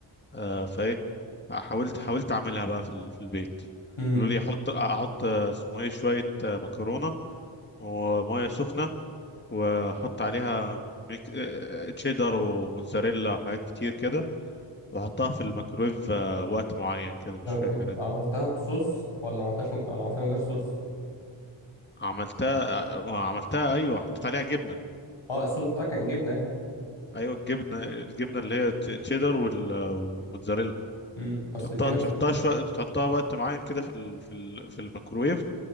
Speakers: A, on the left (about 20°); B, on the left (about 85°).
A: آه فإيه حاولت حاولت أعملها بقى في ال- في البيت
B: امم
A: قالوا لي أحط أحط آه، اسمه إيه شوية آه، مكرونة ومية سخنة واحط عليها ميك... آه، آه، تشيدر وموتزاريلا وحاجات كتير كده واحطها في الميكرويف آه، وقت معين كده مش
B: طب
A: فاكر
B: انت
A: قد-
B: عملتها بصوص ولا ما عملتهاش من... ولا عملتها من غير صوص
A: عملتها آه، ما عملتها ايوه حطيت عليها جبنه
B: اه الصوص بتاعها كان جبنه يعني
A: ايوه الجبنه الجبنه اللي هي ت- تشيدر وال- آه، والموتزاريلا
B: امم اصل
A: تحطها
B: في ناس
A: تحطها شويه تحطها وقت معين كده في ال... في ال... في الميكرويف